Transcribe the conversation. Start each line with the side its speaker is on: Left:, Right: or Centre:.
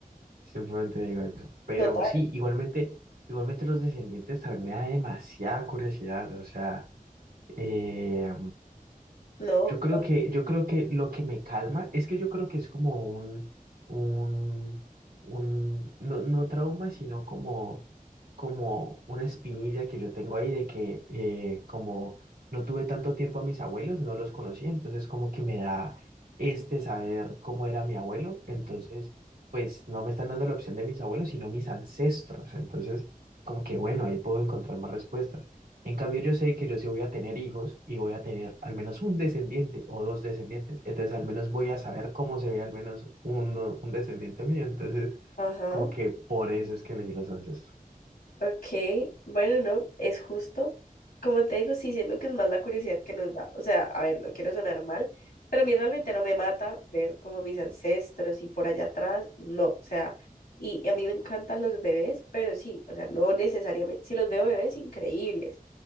Right: simplemente digo eso. Pero
Left: total,
Right: sí, igualmente, igualmente los descendientes también me da demasiada curiosidad, o sea, eh,
Left: no,
Right: yo creo que, yo creo que lo que me calma es que yo creo que es como un, un, un, no, no trauma, sino como, como una espinilla que yo tengo ahí de que eh, como no tuve tanto tiempo a mis abuelos, no los conocía, entonces como que me da este saber cómo era mi abuelo, entonces pues no me están dando la opción de mis abuelos, sino mis ancestros, entonces como que bueno, ahí puedo encontrar más respuestas. En cambio, yo sé que yo sí voy a tener hijos y voy a tener al menos un descendiente o dos descendientes. Entonces, al menos voy a saber cómo se ve al menos uno, un descendiente mío. Entonces,
Left: ajá.
Right: como que por eso es que elegí los ancestros.
Left: Ok, bueno, no, es justo. Como te digo, sí siento que es más la curiosidad que nos da. O sea, a ver, no quiero sonar mal, pero a mí realmente no me mata ver como mis ancestros y por allá atrás, no, o sea, y, y a mí me encantan los bebés, pero sí, o sea, no necesariamente, si los veo bebés, increíbles,